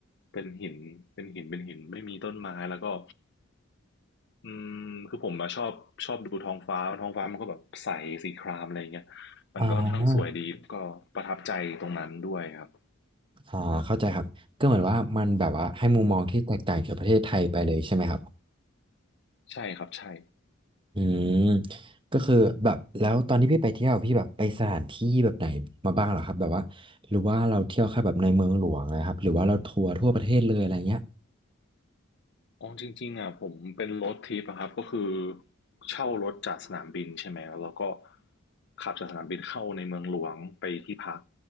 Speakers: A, on the left; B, on the right.
A: เป็นหินเป็นหินเป็นหินไม่มีต้นไม้แล้วก็อืมคือผมอะชอบชอบดูท้องฟ้าท้องฟ้ามันก็แบบใสสีครามอะไรอย่างเงี้ยมันก็ค่อนข้างสวยดีก็ประทับใจตรงนั้นด้วยครับ
B: อ่าอ่าเข้าใจครับก็เหมือนว่ามันแบบว่าให้มุมมองที่แตกต่างจากประเทศไทยไปเลยใช่ไหมครับ
A: ใช่ครับใช่
B: อืมก็คือแบบแล้วตอนที่พี่ไปเที่ยวพี่แบบไปสถานที่แบบไหนมาบ้างเหรอครับแบบว่าหรือว่าเราเที่ยวแค่แบบในเมืองหลวงนะครับหรือว่าเราทัวร์ทั่วประเทศเลยอะไรเงี้ย
A: อ๋อจริงๆอ่ะผมเป็นรถทริปอะครับก็คือเช่ารถจากสนามบินใช่ไหมแล้วเราก็ขับจากสนามบินเข้าในเมืองหลวงไปที่พัก